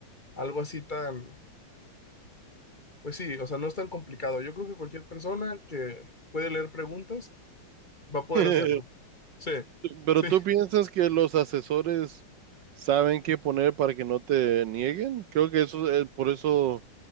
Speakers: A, on the left; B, on the right.
A: algo así tan, pues sí, o sea, no es tan complicado. Yo creo que cualquier persona que puede leer preguntas va a poder
B: <laughs>
A: hacerlo. Sí,
B: Pero
A: sí.
B: tú piensas que los asesores saben qué poner para que no te nieguen? Creo que eso, eh, por eso,